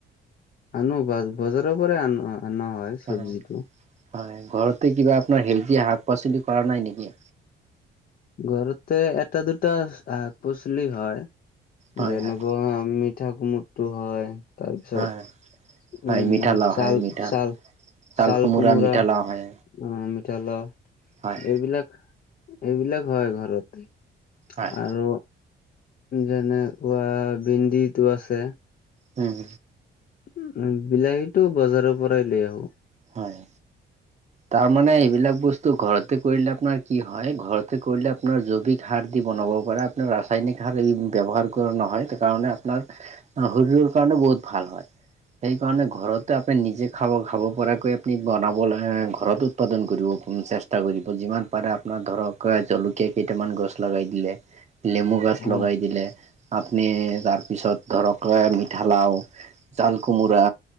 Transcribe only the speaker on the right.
হয় হয়, ঘৰতে কিবা আপোনাৰ সেউজীয়া শাক-পাচলি কৰা নাই নেকি?
হয়
হয়
হয় হয়
মিঠা লাও
হয় মিঠা
চাল
মিঠা লাও হয়
হয়
হয়
হুম।
হয়। তাৰ মানে এইবিলাক বস্তু ঘৰতে কৰিলে আপোনাৰ কি হয়, ঘৰতে কৰিলে আপোনাৰ জৈৱিক সাৰ দি বনাব পাৰে আপোনাৰ ৰাসায়নিক সাৰ ব্যৱহাৰ কৰা নহয় সেইকাৰণে আপোনাৰ শৰীৰৰ কাৰণে বহুত ভাল হয়, সেই কাৰণে ঘৰতে আপুনি নিজে খাব খাব পৰা আপুনি বনাবলৈ ঘৰত উৎপাদন কৰিব, চেষ্টা কৰিব যিমান পাৰে আপোনাৰ ধৰক জলকীয়া <inaudible> কেইটামান গছ লগাই দিলে লেমু গছ লগাই
দিলে, আপুনি তাৰপিছত ধৰক মিঠালাও, জাল কোমোৰা,